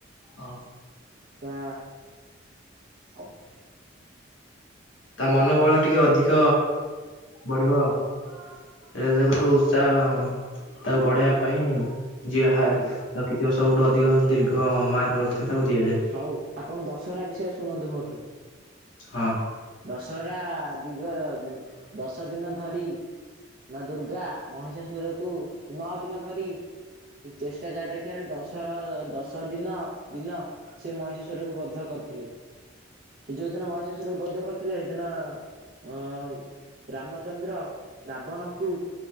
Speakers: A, on the left; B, on the right.
A: ଅ।
B: ତା। କମ୍।
A: ତା ମନବଳ ଟିକେ ଅଧିକ ବଢିବ ଆଉ। ସେଇଟା ତ ଗୋଟେ ଉତ୍ସାହ। ତାକୁ ବଢେଇବା ପାଇଁ ଯିହା
B: କରାଯାଏ
A: ରଖିଥିବ ସବୁଠୁ ଅଧିକ ଦୀର୍ଘ ମାର୍କ। ରଖିଥିବ ତାକୁ ଦିଆଯାଏ।
B: ହଉ ଆପଣ ଦଶହରା ବିଷୟ ଶୁଣନ୍ତୁ ମୋଠୁ।
A: ହଁ।
B: ଦଶହରା ଦିଗ ଦଶ ଦିନ ଧରି। ମା ଦୁର୍ଗା ମହିଷାସୁରକୁ ନଅ ଦିନ ଧରି। ଚେଷ୍ଟା ଜାରି ରଖିବା ରେ ଦଶ, ଦଶ ଦିନ। ଦିନ ସେ ମହିଷାଶୁର କୁ ବଦ୍ଧ କରିଥିଲେ। ସେ ଯୋଉ ଦିନ ମହିଷାସୁର କୁ ବଦ୍ଧ କରିଥିଲେ ସେଦିନ। ଅ ରାମଚନ୍ଦ୍ର, ରାବଣକୁ।